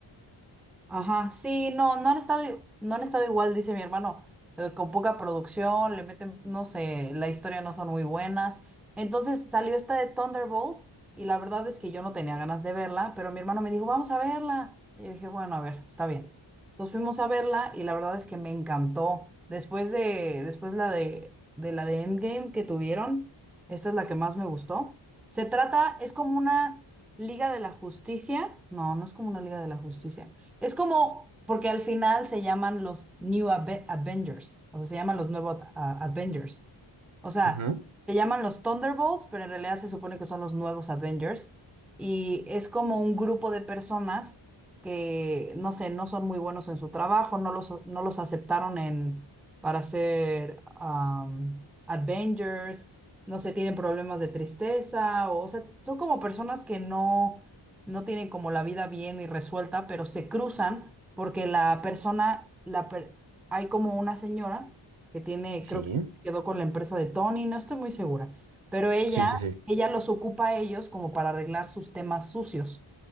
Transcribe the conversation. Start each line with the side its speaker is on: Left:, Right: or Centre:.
Centre: Ajá, sí, no, no han estado, i- no han estado igual, dice mi hermano, eh, con poca producción, le meten, no sé, la historia no son muy buenas. Entonces salió esta de Thunderbolt y la verdad es que yo no tenía ganas de verla, pero mi hermano me dijo, vamos a verla. Y dije, bueno, a ver, está bien. Entonces fuimos a verla y la verdad es que me encantó. Después de, después la de, de la de Endgame que tuvieron, esta es la que más me gustó. Se trata, es como una Liga de la Justicia. No, no es como una Liga de la Justicia. Es como, porque al final se llaman los New Ave- Avengers, o sea, se llaman los nuevos ah, Avengers. O sea,
Right: Ajá.
Centre: se llaman los Thunderbolts, pero en realidad se supone que son los nuevos Avengers. Y es como un grupo de personas que, no sé, no son muy buenos en su trabajo, no los, no los aceptaron en, para ser am, Avengers, no sé, tienen problemas de tristeza, o, o sea, son como personas que no, no tienen como la vida bien y resuelta, pero se cruzan porque la persona, la per- hay como una señora que tiene,
Right: Sí,
Centre: creo quedó con la empresa de Tony, no estoy muy segura, pero ella,
Right: sí, sí, sí.
Centre: ella los ocupa a ellos como para arreglar sus temas sucios